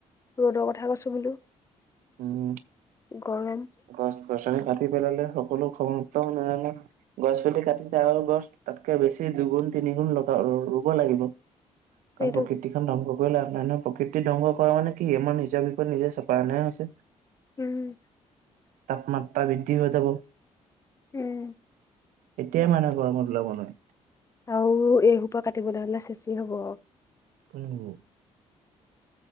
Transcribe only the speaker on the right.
উম।
গছ-গছনি কাটি পেলালে সকলো খ উ নাযায় নে। <unintelligible> গছ পাতি কাটিছে, গছ তাতকে বেছি দুগুণ তিনিগুণ লগ ৰুব লাগিব।
কাৰণ প্ৰকৃতি খন প্ৰকৃতিৰ ধ্বংস কৰা মানে কি, আমাৰ নিজৰ বিপদ নিজে চপাই অনাহে হৈছে।
তাপমাত্ৰা বৃদ্ধি হৈ যাব।
এতিয়াই মানুহ গৰমত ওলাব নোৱাৰে।
কোনো <unintelligible>